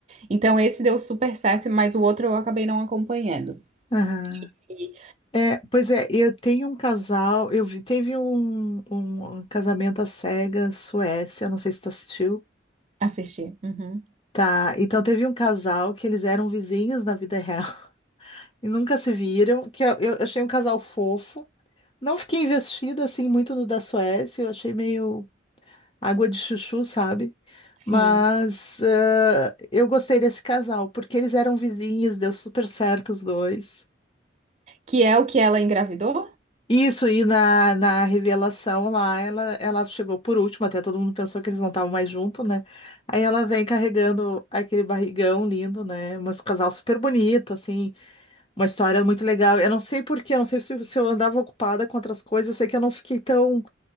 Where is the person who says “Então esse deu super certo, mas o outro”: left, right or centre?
Right